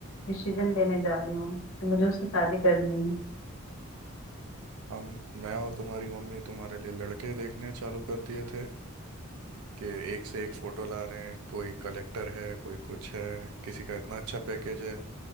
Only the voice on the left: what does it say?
डिसीजन लेने जा रही हूँ कि मुझे उससे शादी करनी है